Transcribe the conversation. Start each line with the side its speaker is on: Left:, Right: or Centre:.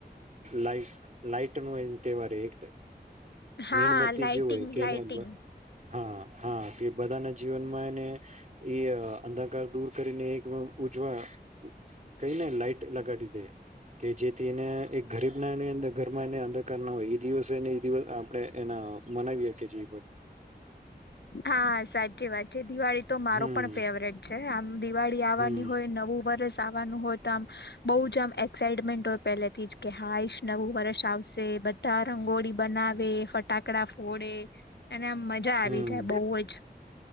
Right: લાઈટ લાઈટ નો તહેવાર એક
Left: હા
Right: મીણબત્તી
Left: લાાઈટિંગ
Right: જેવુંય કેને
Left: લાાઈટિંગ
Right: હા હા તે બધાના જીવનમાં એને એ અંધકાર દૂર કરીને એક ઉજવા કઈ નઈ લાઈટ લગાડી દે કે જે ને એક ગરીબ નાનીંદ ઘરમાં એને અંધકાર ના હોય એ દિવસેને દિવસ ને એના મનાવીએ કે જે
Left: હા સાચી વાત છે દિવાળી તો મારો
Right: હમ
Left: પણ ફેવરેટ છે આમ દિવાળી આવવાની
Right: હમ
Left: હોય નવું વર્ષ આવાનું હોય તો આમ બહુ જ આમ એક્સાઈટમેન્ટ હોય પહેલા થી જ કે હા ઈશ નવું વર્ષ આવશે બધા રંગોળી બનાવે ફટાકડા ફોડે અને આમ મજા
Right: હમ
Left: આવી બહુ જ